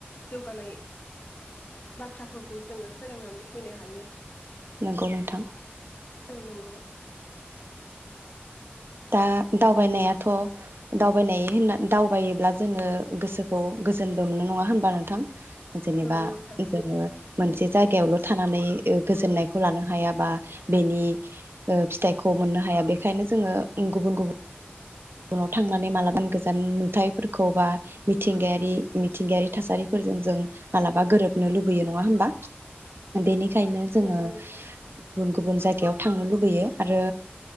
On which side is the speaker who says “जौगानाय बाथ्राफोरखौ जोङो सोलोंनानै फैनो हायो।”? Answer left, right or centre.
Left